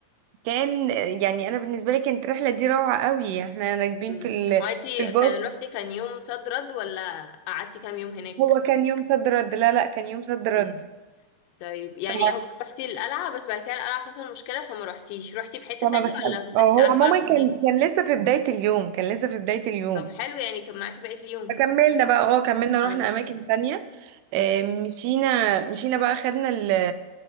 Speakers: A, on the right; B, on the left.
A: كان يعني انا بالنسبه لي كانت الرحله دي روعه قوي احنا راكبين
B: مم.
A: في ال...
B: هو انتي
A: في الباص
B: كان روحتي كان يوم صد رد ولا قعدتي كام يوم هناك
A: هو كان يوم صد رد لا لا كان يوم صد رد
B: مم. طيب يعني
A: ف...
B: هو روحتي القلعة بس بعد كده القلعة حصل مشكلة فما روحتيش روحتي في حتة
A: فما
B: تانية
A: دخلت
B: ولا فضلتي
A: اه هو
B: قاعدة
A: عموما
B: بقى كلية
A: كان كان لسه في بداية اليوم كان لسه في بداية اليوم
B: طب حلو يعني كان معاكي بقية اليوم
A: فكملنا بقى اه كملنا
B: اه
A: رحنا أماكن تانية آه،
B: مم.
A: مشينا مشينا بقى أخدنا ال...